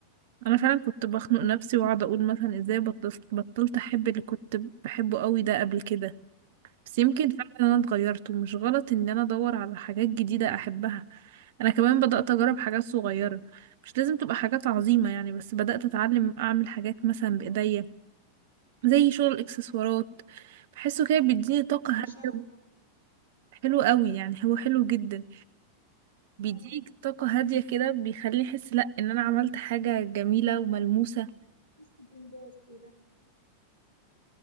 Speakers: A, on the right (about 55°); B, on the left (about 75°).
A: أنا فعلا كنت بخنق نفسي وأقعد أقول مثلا إزاي بطلت بطلت أحب اللي كنت بحبه أوي ده قبل كده بس يمكن
B: مم.
A: فعلا انا اتغيرت ومش غلط ان انا ادور على حاجات جديدة احبها انا كمان بدأت اجرب حاجات صغيرة مش لازم تبقى حاجات عظيمة يعني بس بدأت اتعلم اعمل حاجات مثلا بايديا زي شغل الاكسسوارات بحسه كده بيديني طاقة
B: بعشقه
A: هادية
B: والله
A: حلو قوي يعني هو حلو جدا بيديك
B: اه
A: طاقة هادية كده بيخليني احس لا ان انا عملت حاجة جميلة وملموسة
B: بحس بإنجاز كده